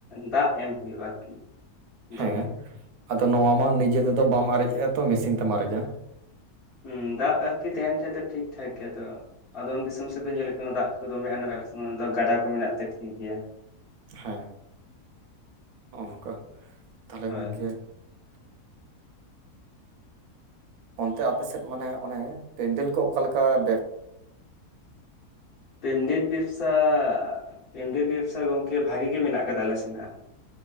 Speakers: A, on the left; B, on the right.
A: ᱫᱟᱜ ᱮᱢ ᱦᱩᱭᱩᱜᱼᱟ ᱟᱨᱠᱤ
B: ᱦᱮᱸ
A: ᱫᱚᱢᱮ
B: ᱟᱫᱚ ᱱᱚᱣᱟ ᱢᱟ ᱱᱤᱡᱮ ᱛᱮᱫᱚ ᱵᱟᱢ ᱟᱨᱮᱡᱮᱜᱼᱟ ᱛᱚ ᱢᱮᱥᱤᱱ ᱛᱮᱢ ᱟᱨᱮᱡᱟ ᱾
A: ᱦᱮᱸ ᱫᱟᱜ ᱟᱨᱠᱤ ᱛᱟᱦᱮᱱ ᱠᱷᱟᱡ ᱫᱚ ᱴᱷᱤᱠ ᱴᱷᱟᱠ ᱜᱮᱭᱟ ᱛᱚ ᱟᱫᱚᱢ ᱫᱤᱥᱚᱢ ᱥᱮᱫ ᱫᱚ ᱧᱮᱞ ᱟᱠᱟᱱᱟ ᱫᱟᱜ ᱠᱚ ᱫᱚᱢᱮ ᱱᱟ ᱜᱟᱰᱟ ᱠᱚ ᱢᱮᱱᱟᱜ ᱛᱮ ᱴᱷᱤᱠ ᱜᱮᱭᱟ ᱾
B: ᱦᱮᱸ ᱱᱚᱜᱼᱚ ᱱᱚᱝᱠᱟ ᱾ ᱛᱟᱦᱚᱞᱮ
A: ᱦᱳᱭ
B: ᱜᱚᱝᱠᱮ ᱚᱱᱛᱮ ᱟᱯᱮ ᱥᱮᱫ ᱢᱟᱱᱮ ᱚᱱᱮ ᱯᱮᱱᱰᱮᱞ ᱠᱚ ᱚᱠᱟᱞᱮᱠᱟ ᱵᱮ
A: ᱯᱤᱱᱰᱤᱛ ᱵᱮᱵᱽᱥᱟ ᱯᱤᱱᱰᱤᱛ ᱵᱮᱵᱽᱥᱟ ᱜᱚᱝᱠᱮ ᱵᱷᱟᱜᱤ ᱜᱮ ᱢᱮᱱᱟᱜ ᱟᱠᱟᱫᱟ ᱟᱞᱮᱥᱮᱱ ᱦᱟᱜ ᱾